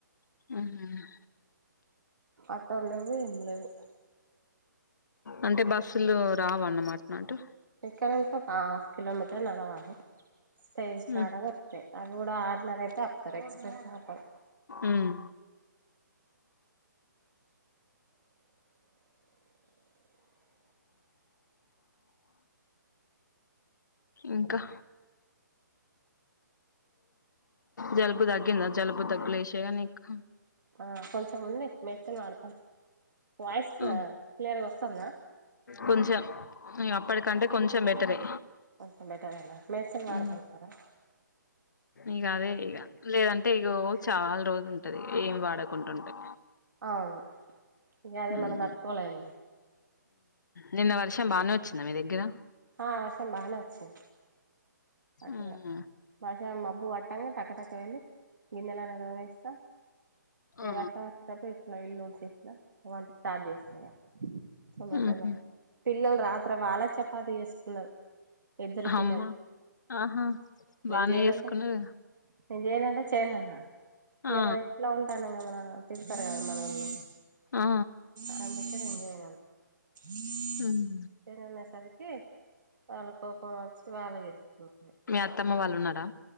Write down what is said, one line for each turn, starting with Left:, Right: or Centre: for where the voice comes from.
Left: ఆహ
Right: ఆటోలు లేవు ఏమి లేవు
Left: అంటే బస్సులు రావన్న మాటనా ఆటు
Right: ఇక్కడ నుంచి ఒక హాఫ్ కిలోమీటర్ నడవాలి. స్టేజ్ కాడ
Left: ఉమ్
Right: అే అది కూడా ఆర్డినరీ అయితే ఆపుతారు. ఎక్స్ప్రెస్ ఆపారు.
Left: ఉమ్ ఇంకా జలుబు తగ్గిందా. జలుబు తగ్గులేషేగా నీకు
Right: ఆ కొంచెం ఉంది. మెడిసిన్ వాడుతున్న వాయిస్ క్లియర్గా
Left: ఉమ్
Right: వస్తుందా
Left: కొంచెం, ఇగ అప్పటికంటే కొంచెం బెటరే
Right: కొంచెం బెట్టేరేనా మెడిసిన్ వాడుతున్నా
Left: ఉమ్
Right: కదా
Left: ఇగ అదే ఇగ లేదంటే ఇగో చాలా రోజులు ఉంటది ఏమి వాడకుంటుంటే
Right: అవును ఇంకా అదే
Left: ఉమ్
Right: మనం తట్టుకోవలేం
Left: నిన్న వర్షం బానే వచ్చిందా మీ దగ్గర
Right: ఆ వర్షం బానే వచ్చి పట్టదు
Left: ఉమ్
Right: వర్షం మబ్బు పట్టంగా టక టక వెళ్ళి గిన్నెలు అన్ని తోమేసిన ఏ
Left: ఆ
Right: వర్షం వచ్చేటప్పుడు ఇట్లా ఇల్లు ఊడిచేసిన వంట స్టార్ట్ చేసిన ఇగ తొందర
Left: ఉహు
Right: తొందర పిల్లలు రాత్రి వాలే చపాతి చేసుకున్నారు ఇద్దరు పిల్లలు
Left: అమ్మా ఆహా
Right: నేను
Left: బానే
Right: చేయనంటే
Left: చేసుకున్నారు
Right: నేను చేయనంటే చేయనన్న ఇక
Left: ఆ
Right: మన ఇంట్లో ఉంటానం మన తిడతారు కదా మనొళ్ళు
Left: ఆ
Right: రండట ఎంజానాను <inaudible>
Left: అమ్
Right: చేయననేసరికి వాళ్ళ కోపం వచ్చి వాళ్లే చేసుకున్నారు
Left: మీ అత్తమ్మ వాళ్ళు ఉన్నారా